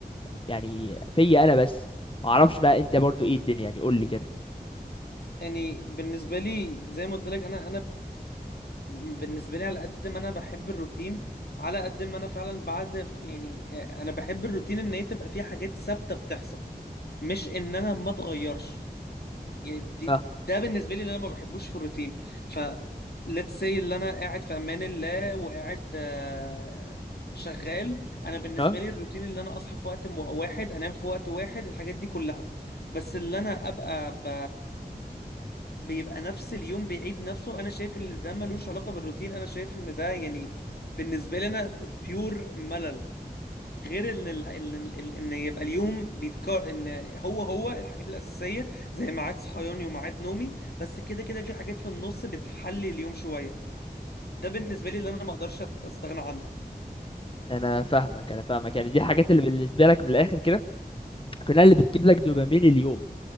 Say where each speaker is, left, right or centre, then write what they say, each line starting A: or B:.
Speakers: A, on the left; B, on the left.
A: يعني فيا انا بس ما اعرفش بقى انت برضو ايه الدنيا يعني قول لي كده
B: يعني بالنسبة لي زي ما قلت لك انا انا بالنسبة لي على قد ما انا بحب الروتين على قد ما انا فعلا بعد يعني انا بحب الروتين ان هي تبقى فيه حاجات ثابتة بتحصل مش ان انا ما اتغيرش يعني دي-
A: اه
B: ده بالنسبه لي اللي انا ما بحبوش في الروتين ف let's say اللي انا قاعد في امان الله وقاعد آه، شغال انا بالنسبه
A: اه
B: لي الروتين اللي انا اصحى في وقت مو- واحد انام في وقت واحد الحاجات دي كلها بس اللي انا ابقى ب... بيبقى نفس اليوم بيعيد نفسه انا شايف ان ده ملوش علاقه بالروتين انا شايف ان ده يعني بالنسبه لي انا بيور ملل غير ان ال... ان ان إن يبقى اليوم بيتكرر ان هو هو الحاجات الاساسيه زي ميعاد صحياني وميعاد نومي بس كده كده في حاجات في النص بتحلي اليوم شويه ده بالنسبه لي اللي انا ما اقدرش أت- استغنى عنه
A: انا فاهمك انا فاهمك يعني دي الحاجات اللي بالنسبه لك من الاخر كده كلها اللي بتجيب لك دوبامين اليوم